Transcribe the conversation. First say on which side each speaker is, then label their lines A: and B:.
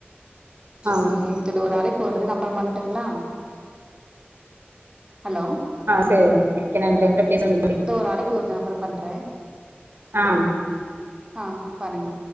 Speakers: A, on the right (about 55°); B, on the right (about 20°).
A: ஆமா
B: சேரி தோழி ஒரு அலைப்பு வருது நா அப்ரோமா வண்ட்டுங்ளா ஹலோ
A: <unintelligible>
B: தோ ஒரு அலைப்பு வருது நா அப்ரோ பண்ற
A: ஆ
B: ஆ பாருங்க